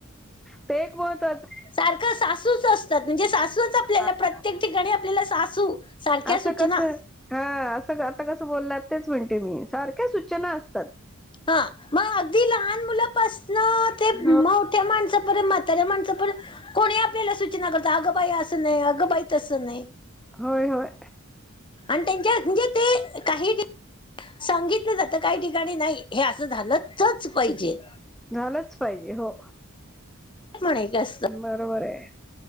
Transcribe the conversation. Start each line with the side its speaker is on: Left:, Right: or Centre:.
Centre: ते एक महत्त्वाचं.
Left: सारखं सासूच अस तात म्हणजे सासूच आपल्याला
Centre: हा हा.
Left: प्रत्येक ठिकाणी आपल्याला सासू सारख्या
Centre: असं
Left: सूचना.
Centre: कसं हा असं आता कसं बोलात. तेच म्हणते मी सारख्या सूचना असतात.
Left: हा मग अगदी लहान मुलापासन ते
Centre: हो.
Left: मो त्या माणसापरेन म्हाताऱ्या माणसापरेन. कोणी आपल्याला सूचना करत. अगबाई असं नाही अगंबाई तसं नाही.
Centre: होय होय.
Left: आणि त्यांच्या म्हणजे ते काही ठि सांगितलं जातं. काही ठिकाणी नाही हे असं झालंच पाहिजे.
Centre: झालंच पाहिजे हो.
Left: <unintelligible>
Centre: बरोबर ये.